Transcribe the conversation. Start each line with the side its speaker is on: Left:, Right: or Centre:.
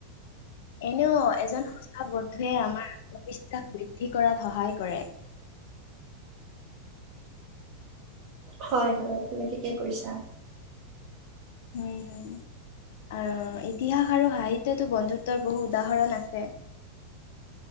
Left: এনেও এজন সঁচা বন্ধুৱে আমাৰ আ বিশ্বাস বৃদ্ধি কৰাত সহায় কৰে।
Right: হয় হয় তুমি ঠিকে কৈছা
Left: উম আৰু ইতিহাস আৰু সাহিত্যতো বন্ধুত্বৰ বহু উদাহৰণ আছে।